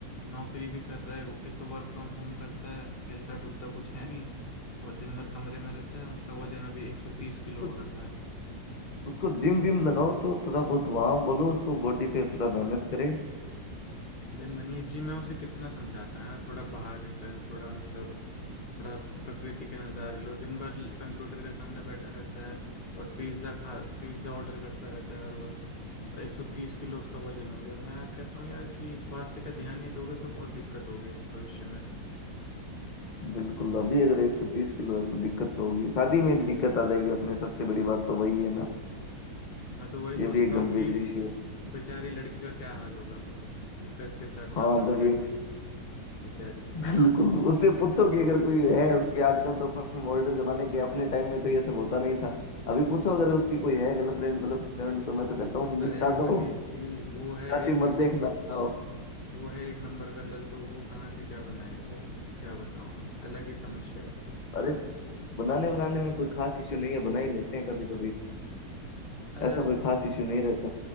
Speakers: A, on the left; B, on the left.
A: नौकरी भी कर रहा है एक तो वर्क फ्रॉम होम करता है हिलता डुलता कुछ है नहीं और दिन भर कमरे में रहता है उसका वजन अभी एक सौ तीस किलो
B: तो
A: हो रखा है
B: उसको जिम विम लगाओ तो थोड़ा बहुत वहां बोलो उसको बॉडी पे थोड़ा मेहनत करे
A: अरे मनीष जी मैं उसे कितना समझाता है थोड़ा बाहर निकल थोड़ा मतलब थोड़ा प्रकृति के नज़ारे लो दिन भर कंप्यूटर के सामने बैठा रहता है और पिज्ज़ा खा पिज्ज़ा ऑर्डर करता रहता है हर वक्त एक सौ तीस किलो उसका वजन हो गया मैं कहता हूँ यार कि स्वास्थ्य का ध्यान नहीं दोगे तो बहुत दिक्कत होगी भविष्य में
B: बिल्कुल अभी अगर 130 किलो है तो दिक्कत तो होगी शादी में दिक्कत आ जाएगी अपने सबसे बड़ी बात तो वही है ना
A: मैं तो वही सोचता
B: ये भी एक गंभीर
A: हूँ कि
B: इश्यू है
A: बेचारी लड़की का क्या हाल होगा जिसका इसके साथ
B: हाँ
A: टांका भिड़ेगा
B: जब ये
A: बेचारी
B: बिल्कुल उससे पूछो कि अगर कोई है उसके आजकल तो अपन मॉडर्न जमाने के अपने टाइम में तो ये सब होता नहीं था अभी पूछो अगर उसकी कोई है गर्लफ्रेंड गर्लफ्रेंड तो मैं तो कहता हूँ निपटा
A: अरे मनीष
B: दो
A: जी वो है
B: जाति
A: एक न,
B: मत देखना हो
A: वो है एक नंबर का लल्लू वो कहाँ से क्या बनाएगा यार क्या बताऊं मैं अलग ही समस्या है
B: अरे बनाने बनाने में कोई खास इश्यू नहीं है बना ही लेते हैं कभी कभी
A: अरे
B: ऐसा
A: अब
B: कोई खास इश्यू नहीं रहता